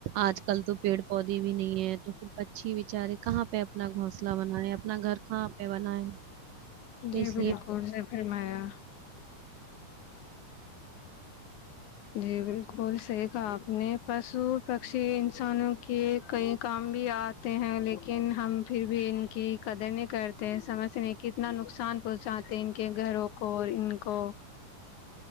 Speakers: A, on the right (about 75°); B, on the left (about 70°).
A: آج کل تو پیڑ پودے بھی نہیں ہے تو پھر پچھی بیچارے کہاں پہ اپنا گھسلہ بنائے اپنا گھر کہاں پہ بنائے تو
B: جی
A: اس
B: بالکل
A: لیے
B: سے فرمایا جی بالکل صحیح کہاپ نے پشو پکشی انسانوں کے کئی کام بھی آتے ہیں لیکن ہم پھر بھی ان کی قدر نہیں کرتے سمج سے نہیں کتنا نقصان پہنچاتے ان کے گھروں کو اور ان کو